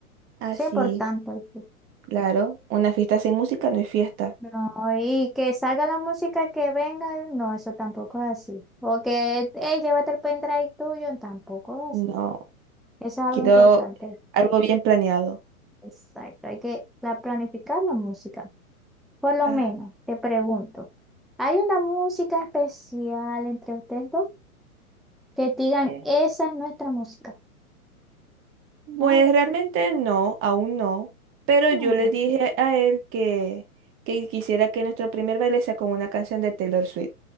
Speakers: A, on the right (about 30°); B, in the centre.
A: así,
B: Eso es importante. ¿viste?
A: claro. Una fiesta sin música no es fiesta.
B: No, y que salga la música que venga, no, eso tampoco es así. O que, eh, llévate el pendrive tuyo, tampoco es
A: No,
B: así. Eso es algo
A: quiero
B: importante.
A: algo bien planeado.
B: Exacto, hay que la, planificar la música. Por lo
A: Ah,
B: menos, te pregunto, ¿hay una música especial entre ustedes dos? Que te digan,
A: eh,
B: esa es nuestra música.
A: Pues
B: Ay,
A: realmente no, aún no. Pero
B: ah,
A: yo le dije a él que, que quisiera que nuestro primer baile sea con una canción de Taylor Swift.